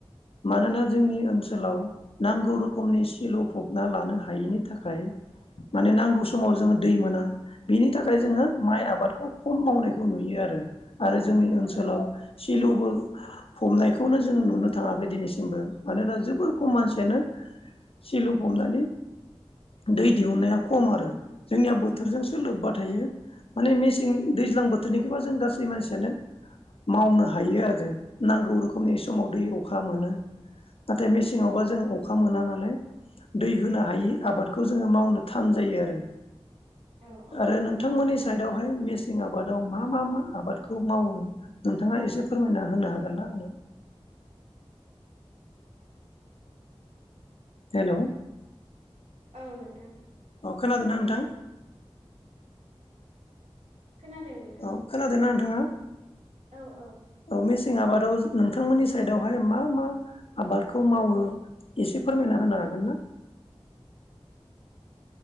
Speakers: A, on the left; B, on the right.
A: मानोना जोंनि ओनसोलाव नांगौ रोखोमनि सिलु फबना लानो हायिनि थाखाय माने नांगौ समाव जोङो दै मोना बेनि थाखाय जोङो माइ आबादखौ खम मावनायखौ नुयो आरो। आरो जोंनि ओनसोलाव
B: औ
A: सि इलुबो फबनायखौनो जों नुनो थाङाखै दिनैसिमबो। मानोना जोबोर खम मानसियानो सिलुफबनानै दै दिहुननाया खम आरो। जोंनिया बोथोरजोंसो लोब्बा थायो। माने मेसें दैज्लां बोथोरनिखोबा जों गासै मानसियानो मावनो हायो आरो नांगौ रोखोमनि समाव दै अखा मोनो नाथाय मेसेङावबा जों अखा मोना नालाय दै होनो हायि आबाद बेखौ जोङो मावनो थान जायो आरो।
B: औ औ
A: आरो नोंथांमोननि साइड बेवहाय मेसें आबादाव मा मा मा आबादखौ मावो नोंथाङा एसे फोरमायना होनो हागोनना आंनो? हेलौ।
B: औ नोंथां।
A: अ खोनादोना नोंथां?
B: खोनादों नोंथां
A: अ खोनादोना नोंथांआ?
B: औ औ
A: अ मेसें आबाद आव नोंथांमोननि साइदआवहाय मा मा आबादखौ मावो एसे फोरमायना होनो हागोन ना?